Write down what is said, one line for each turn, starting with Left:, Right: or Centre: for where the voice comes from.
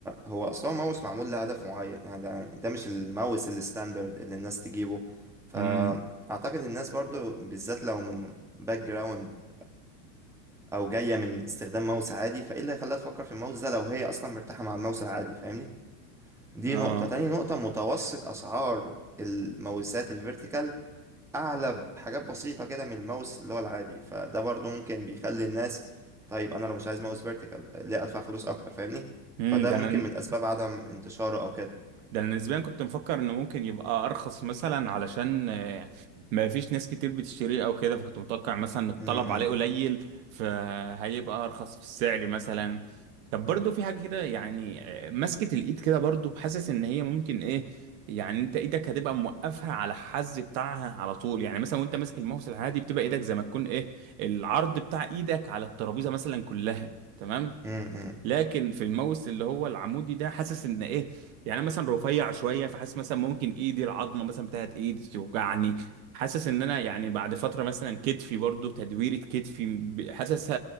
Centre: هو اصلا ماوس معمول لهدف معين يعني ده, ده مش الماوس الستاندرد اللي الناس تجيبه فاعتقد
Right: امم
Centre: الناس برضو بالذات لو من باك جراوند او جايه من استخدام ماوس عادي فايه اللي هيخليها تفكر في الماوس ده لو هي اصلا مرتاحه مع الماوس العادي فاهمني دي
Right: اه
Centre: نقطه تاني نقطه متوسط اسعار الماوسات الفيرتيكال اعلى بحاجات بسيطه كده من الماوس اللي هو العادي فده برضو ممكن بيخلي الناس طيب انا لو مش عايز ماوس فيرتيكال ليه ادفع فلوس اكتر فاهمني
Right: امم
Centre: فده
Right: ده
Centre: ممكن
Right: انا
Centre: من اسباب عدم انتشاره او كده
Right: ده انا نسبيا كنت مفكر انه ممكن يبقى ارخص مثلا علشان آه، ما فيش ناس كتير بتشتريه او كده فكنت متوقع مثلا الطلب
Centre: م-
Right: عليه
Centre: م-
Right: قليل فهيبقى ارخص في السعر مثلا طب برضو في حاجة كده يعني آه، مسكة الايد كده برضو حاسس ان هي ممكن ايه يعني انت ايدك هتبقى موقفها على الحز بتاعها على طول يعني مثلا وانت ماسك الماوس العادي بتبقى ايدك زي ما تكون ايه العرض بتاع ايدك على الترابيزة مثلا كلها تمام
Centre: م- م-
Right: لكن في الماوس اللي هو العمودي ده حاسس ان ايه يعني انا مثلا رفيع شويه فحاسس مثلا ممكن ايدي العظمه مثلا بتاعت ايدي توجعني حاسس ان انا يعني بعد فتره مثلا كتفي برضو تدويره كتفي ب- حاسس